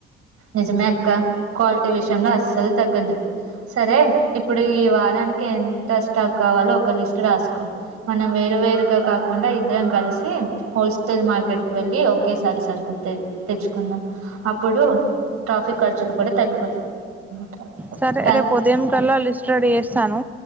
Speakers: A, on the right; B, in the centre.
A: నిజమే అక్క క్వాలిటీ విషయంలో అస్సలు తగ్గదు సరే ఇప్పుడు ఈ వారానికి ఎంత స్టాక్ కావాలో ఒక లిస్ట్ రాసుకో మనం వే వేరువేరు గా కాకుండా ఇద్దరం కలిసి హౌస్పి మార్కెట్ కి వెళ్ళలి ఒకేసారి సరుకులు తే తెచ్చుకుందాం అప్పుడు ట్రాఫిక్ ఖర్చులు కూడా తగ్గిపోతాయి ట్రాన్స్పోర్ట్
B: సరే
A: ట్రాన్స్
B: రేపు ఉద్యమం కల్లో లిస్ట్ రెడీ చేస్తాను